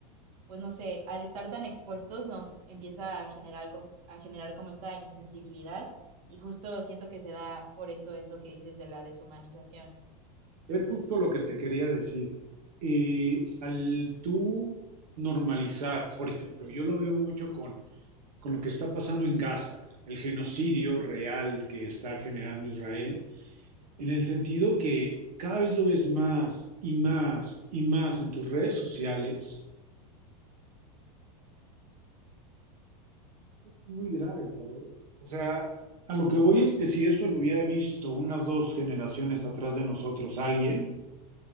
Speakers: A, on the right; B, on the right.
A: pues no sé, al estar tan expuestos nos empieza a generar, co- a generar como esta insensibilidad y justo siento que se da por eso eso que dices de la deshumanización.
B: Es justo lo que te quería decir. Y al tú normalizar, por ejemplo, yo lo veo mucho con, con lo que está pasando en Gaza, el genocidio real que está generando Israel, en el sentido que cada vez lo ves más y más y más en tus redes sociales. Muy grave, ¿sabes? O sea, a lo que voy es que si eso lo hubiera visto unas dos generaciones atrás de nosotros alguien,